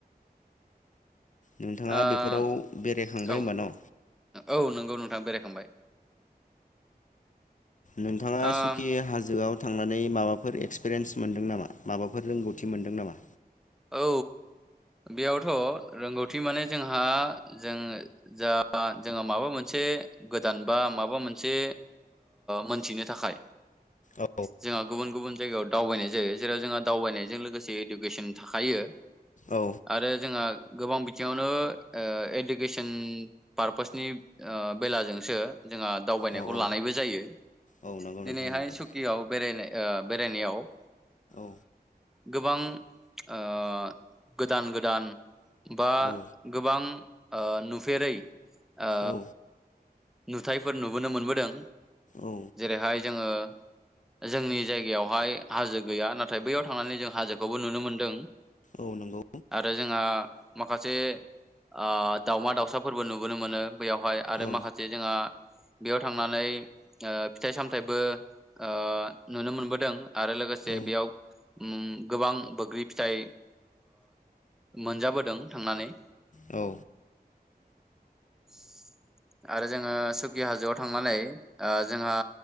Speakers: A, on the left; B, in the centre.
A: नोंथाङा
B: ओ
A: बेफोराव बेरायखांबाय
B: औ
A: होमबा न'
B: औ नंगौ बेरायखांबाय
A: नोंथाङा
B: ओ
A: सुकि हाजोआव थांनानै माबाफोर एक्सपिरियेन्स मोनदों नामा माबाफोर रोंगौथि मोनदों नामा
B: औ बेयावथ' रोंगौथि माने जोंहा जों जा जोंहा माबा मोनसे गोदान बा माबा मोनसे मोनथिनो थाखाय
A: औ
B: जोंहा गुबुन गुबुन जायगायाव दावबायनाय जायो जेराव जोंहा दावबायनायजों लोगोसे इडुकेसन हाखायो
A: औ
B: आरो जोंहा गोबां बिथिङावनो इडुकेसन पारपोसनि बेलाजोंसो जोंहा दावबायनायखौ
A: औ औ
B: लानायबो जायो
A: औ नंगौ
B: दिनैहाय
A: नोंथां नंगौ
B: सुकियाव बेरायनाय बेरायनायाव ओ
A: औ
B: गोबां ओ गोदान गोदान बा
A: औ
B: गोबां ओ नुफेरै ओ
A: औ
B: नुथायफोर नुबोनो मोनबोदों
A: औ
B: जेरैहाय जोङो जोंनि जायगायावहाय हाजो गैया नाथाय बैयाव थांनानै जों हाजोखौबो नुनो मोनदों
A: औ नंगौ
B: आरो जोंहा माखासे ओ दावमा दाउसाफोरबो नुबोनो मोनो बैयावहाय आरो
A: औ
B: माखासे बेयाव थांनानै ओ फिथाइ सामथायबो ओ नुनो मोनबोदों आरो लोगोसे
A: औ
B: बेयाव गोबां बोग्रि फिथाइ मोनजाबोदों थांनानै
A: औ
B: <inaudible> आरो जोङो सुकि हाजोआव थांनानै जोंहा